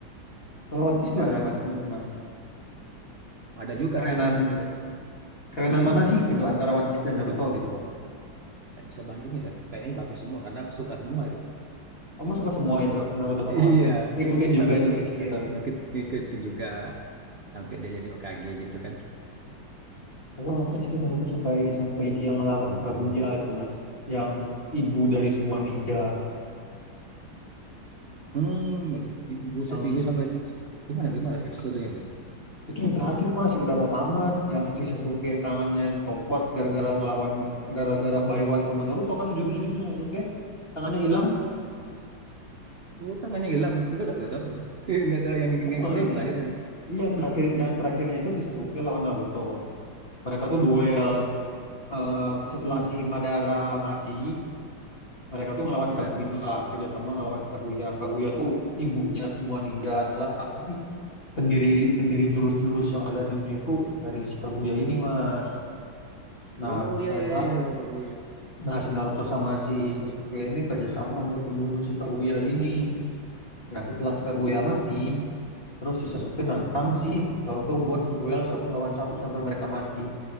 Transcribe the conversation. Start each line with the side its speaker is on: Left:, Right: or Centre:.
Left: Kalau One Piece gimana
Right: dan
Left: Mas menurut Mas?
Right: ada juga
Left: kerenan
Right: sih perspektif berbagi.
Left: kerenan
Right: Mm-mm.
Left: mana sih gitu antara One Piece dan Naruto gitu loh.
Right: Nggak bisa bandingin saya kayaknya bagus semua karena aku suka semua itu
Left: Kamu suka semua itu Naruto sama
Right: Iya,
Left: One Piece. Ngikutin juga
Right: Naruto
Left: itu dari
Right: suka.
Left: kecil.
Right: Ngikut, ngikut itu juga sampai dia jadi Hokage gitu kan.
Left: Aku nonton cerita Naruto sampai sampai dia ngelawan
Right: Mm-mm.
Left: Kaguya itu Mas, yang ibu dari semua ninja,
Right: Hmm, buset,
Left: yang
Right: ibu sampai gimana? Gimana episodenya tuh?
Left: itu yang terakhir Mas udah mau tamat, yang si Sasuke tangannya copot gara-gara ngelawan gara-gara Baiwan sama Naruto kan ujung-ujungnya si Sasuke tangannya hilang.
Right: Oh, tangannya hilang. Enggak tahu, enggak tahu. <laughs> Enggak tahu yang yang
Left: maksudnya.
Right: ikut yang terakhir ini.
Left: Iya
Right: Mm-mm.
Left: yang terakhir yang terakhirnya itu si Sasuke lawan Naruto. Mereka tuh duel eh, setelah
Right: Mm-mm.
Left: si Madara mati, mereka tuh ngelawan
Right: Ya.
Left: Kaguya, kerjasama ngelawan Kaguya. Kaguya tuh ibunya semua ninja adalah apa sih? Pendiri pendiri jurus-jurus yang ada di dunia itu dari si Kaguya ini, Mas. Nah,
Right: Oh iya
Left: mereka,
Right: iya iya iya Pak Bowo, iya.
Left: nah si Naruto sama si Sasuke ini kerjasama buat membunuh si Kaguya ini. Nah, setelah si Kaguya mati, terus si Sasuke nantang si Naruto buat duel satu lawan satu sampai mereka mati.